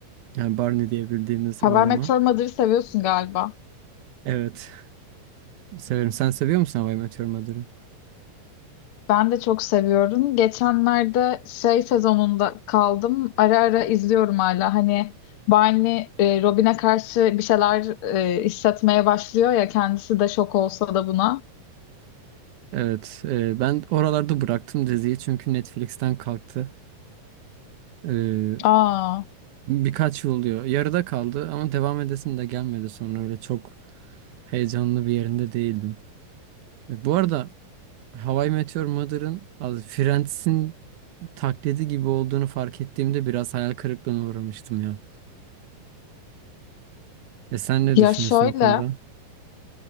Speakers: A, on the right; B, on the left.
A: Yani Barney diye bildiğimiz
B: Haber
A: o adama.
B: Meteor Mother'ı seviyorsun galiba.
A: Evet severim. Sen seviyor musun How I Met Your Mother'ı?
B: Ben de çok seviyorum. Geçenlerde şey sezonunda kaldım. Ara ara izliyorum hala. Hani Barney e, Robin'e karşı bir şeyler e, hissetmeye başlıyor ya. Kendisi de şok olsa da buna.
A: Evet, e, ben oralarda bıraktım diziyi çünkü Netflix'ten kalktı. E,
B: Aa,
A: birkaç yıl oluyor. Yarıda kaldı ama devam edesim de gelmedi sonra öyle çok heyecanlı bir yerinde değildim. E, bu arada How I Met Your Mother'ın az Friends'in taklidi gibi olduğunu fark ettiğimde biraz hayal kırıklığına uğramıştım ya. E sen ne
B: ya
A: düşünüyorsun
B: şöyle.
A: o konuda?